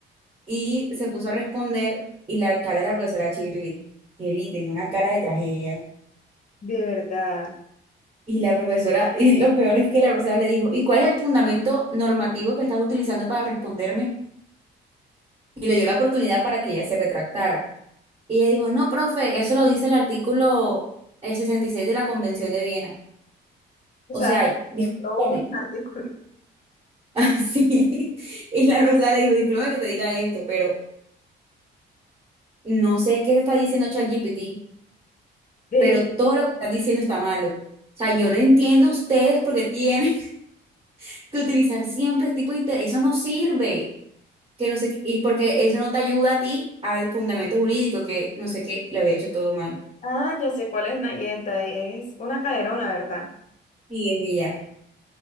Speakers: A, on the right (about 25°); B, on the left (about 40°).
A: Y se puso a responder y la cara de la profesora Shirley, Shirley tenía una cara de tragedia.
B: De verdad.
A: Y la profesora, <laughs> y lo peor es que la profesora le dijo, ¿y cuál es el fundamento normativo que estás utilizando para responderme? Y le dio la oportunidad para que ella se retractara. Y ella dijo, no, profe, eso lo dice el artículo eh, 66 de la Convención de Viena.
B: O
A: O
B: sea,
A: sea, discúlpame.
B: inventó un <laughs> artículo.
A: <laughs> Así. Y la Rosada le dijo, discúlpame que te diga esto, pero no sé qué te está diciendo ChatGPT,
B: De
A: pero
B: verdad.
A: todo lo que estás diciendo está malo. O sea, yo no entiendo ustedes porque tienen <laughs> que utilizar siempre este tipo de... inte- Eso no sirve. Que no sé qué- y porque eso no te ayuda a ti al fundamento jurídico, que no sé qué, le había hecho todo mal.
B: Ah, ya sé cuál es Nayeta, es una caderona, ¿verdad?
A: Y es ella.